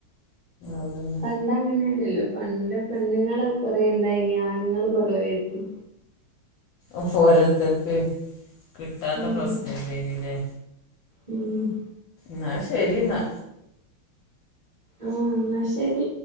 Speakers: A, on the left; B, on the right.
A: അതന്നെ
B: പണ്ട് അങ്ങനെയല്ലല്ലോ പണ്ട് പെണ്ണുങ്ങള് കൊറേ ഉണ്ടായിനി ആണുങ്ങൾ കുറവായിരുന്നു
A: ഒ ഫോരോരുത്തർക്ക് കിട്ടാത്ത
B: ഉം
A: പ്രശ്നല്ലേ ഇനല്ലേ
B: ഉം
A: ന്നാ ശരി ന്നാ
B: ആഹ് ന്നാ ശരി